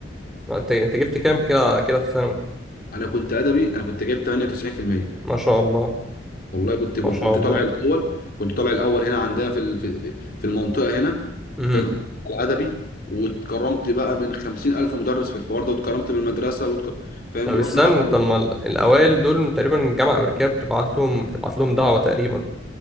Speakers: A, in the centre; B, on the left (about 50°).
A: ما انت انت جبت كام كده كده في ثانوي
B: أنا كنت أدبي أنا كنت جايب 98%
A: ما شاء الله
B: والله كنت جوه.
A: ما شاء
B: كنت
A: الله
B: طالع الأول كنت طالع الأول هنا عندنا في ال- في في المنطقة هنا
A: امم
B: فاهم على أدبي واتكرمت بقى من 50 ألف مدرس في الحوار ده واتكرمت من المدرسة واتك... فاهم
A: طب
B: ورحنا
A: استنى
B: حتى
A: طب ما ال- الاوائل دول تقريبا الجامعه الامريكيه بتبعت لهم بتبعت لهم دعوه تقريبا